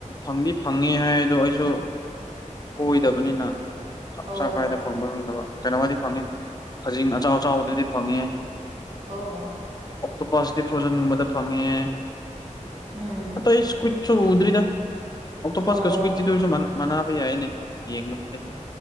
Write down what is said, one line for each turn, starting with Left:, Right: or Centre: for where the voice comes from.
Left: ꯐꯪꯗꯤ ꯐꯪꯉꯦ ꯍꯥꯏ ꯑꯗꯣ ꯑꯩꯁꯨ ꯀꯣꯏꯗꯕꯅꯤꯅ ꯆꯞ
Right: ꯑꯣ
Left: ꯆꯥ ꯀꯥꯏꯗ ꯐꯪꯕ ꯉꯝꯗꯕ ꯀꯩꯅꯣꯃꯗꯤ ꯐꯪꯉꯦ ꯈꯖꯤꯡ ꯑꯆꯥꯎ ꯑꯆꯥꯎꯕꯗꯗꯤ ꯐꯪꯉꯦ꯫
Right: ꯑꯣ
Left: ꯑꯣꯛꯇꯣꯄꯥꯁꯀꯤ ꯐ꯭ꯔꯣꯖꯟꯒꯨꯝꯕꯗ ꯐꯪꯉꯦ꯫
Right: ꯎꯝ
Left: ꯑ ꯑꯩ ꯏꯁꯀꯨꯋꯤꯠꯁꯨ ꯎꯗ꯭ꯗ ꯑꯣꯛꯇꯣ ꯐꯁꯀ
Right: ꯑꯣ
Left: ꯁꯀꯋꯤꯠꯗꯣꯏ ꯁꯅ ꯃꯅꯥꯕ ꯌꯥꯏꯅꯦ ꯌꯦꯡꯕꯗꯨꯗꯤ꯫